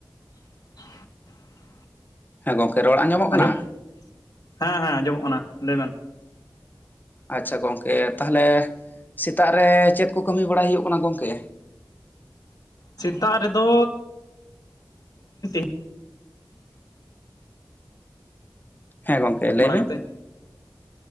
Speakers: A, on the left; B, on the left.
A: <unintelligible>
B: ᱦᱮᱸ ᱜᱚᱝᱠᱮ ᱨᱚᱲ ᱟᱸᱡᱚᱢᱚᱜ ᱠᱟᱱᱟ?
A: ᱟᱸᱡᱚᱢ ᱦᱮᱸ ᱦᱮᱸ ᱟᱸᱡᱚᱢᱚᱜ ᱠᱟᱱᱟ ᱞᱟᱹᱭ ᱢᱮ।
B: ᱟᱪᱪᱷᱟ ᱜᱚᱝᱠᱮ ᱛᱟᱞᱦᱮ ᱥᱮᱛᱟᱜ ᱨᱮ ᱪᱮᱫ ᱠᱚ ᱠᱟᱹᱢᱤ ᱵᱟᱲᱟᱭ ᱦᱩᱭᱩᱜ ᱠᱟᱱᱟ ᱜᱚᱢᱠᱮ?
A: ᱥᱮᱛᱟᱜ ᱨᱮᱫᱚ <unintelligible>
B: ᱦᱮᱸ ᱜᱚᱝᱠᱮ ᱞᱟᱹᱭ
A: ᱵᱟᱲᱟ
B: ᱵᱮᱱ
A: ᱠᱟᱛᱮᱫ